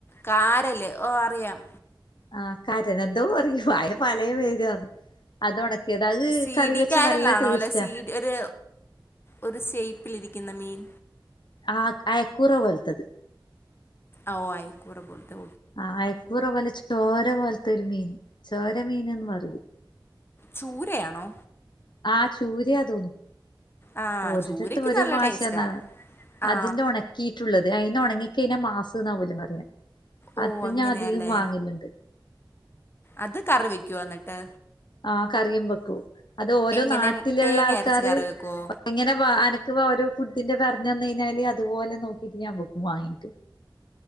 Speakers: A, on the left (about 30°); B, on the left (about 65°).
A: കാരല് ഓ അറിയാം
B: ആ കരന എന്തോ പറു ആയിൻ പലോപേര്ന്ന് അത് ഉണക്കിയത് അങ്ങ്
A: സി
B: കറി
A: ഡി
B: വെച്ചാ
A: കാരലാണോ
B: നല്ല ടേസ്റ്റാ
A: അല്ല സി ഒരു ഒരു ഷേപ്പിലിരിക്കുന്ന മീൻ
B: ആ അയക്കൂറ പോലത്തത്
A: ഓ ആയിക്കൂറ പോലെത്തെ
B: ആഹ അയക്കൂറ പോലെ ചോര പോലത്തെ ഒരു മീൻ ചോര മീനന്ന് പറയും
A: ചൂരയാണോ
B: ആഹ് ചൂരയാ തോന്നുന്നു
A: ആ
B: ഒരിടത്ത്
A: ചൂരയ്ക്ക്
B: ഒരു
A: നല്ല
B: ഭാഷന്നാണ്
A: ടേസ്റ്റാ ആ
B: അതിന്റെ ഉണക്കി ട്ടുള്ളത് അയിനെ ഉണങ്ങിക്കയിഞ്ഞ മാസ് എന്നാ ഇവൽ പറയ
A: ഓ
B: അത്
A: അങ്ങനെയല്ലേ
B: ഞാൻ അധികം വാങ്ങലുണ്ട്
A: അത് കറി വെക്കുവേ എന്നിട്ട്
B: ആ കറിയും വെക്കൂ അത് ഓരോ
A: എങ്ങനെ
B: നാട്ടിലുള്ള
A: തേങ്ങ
B: ആൾക്കാര്
A: അരച്ച് കറി വെക്കുവോ
B: എങ്ങനെ വാ അനക്ക് ഓര് ഫുഡിന്റെ പറഞന്ന് കയിഞാല് അതുപോലെ നോക്കിട്ട് ഞാൻ വെക്കും വാങ്ങീട്ട്